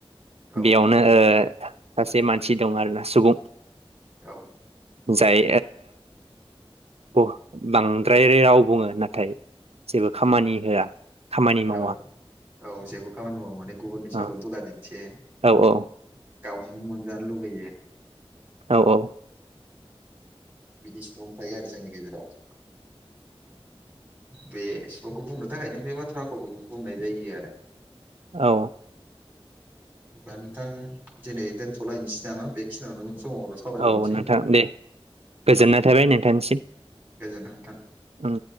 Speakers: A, on the right (about 15°); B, on the right (about 85°).
A: औ
B: बेयावनो ओ सासे मानसि दं आरोना सुबुं
A: औ
B: जाय ओ बांद्राय राव बुङो नाथाय जेबो खामानि होआ। खामानि मावा
A: औ औ जेबो खामानि मावो माने गुबुननि सायावल'
B: औ
A: दुगा दिन्थियो।
B: औ औ
A: गावनो मोनजानो लुगैयो।
B: औ औ
A: बिदि सुबुं थायो आरो जोंनि गेजेराव। बे सुबुंखौ बुंनो थाखायनो बे बाथ्रा फावखौबो बुंनाय जायो आरो।
B: औ
A: दा नोंथां दिनै दोनथ'लायनोसै नामा बेखिनियावनो समाव सावरायबावनोसै
B: औ नोंथां दे गोजोननाय थाबाय नोंथांनिसिम।
A: गोजोन्थों नोंथां।
B: उम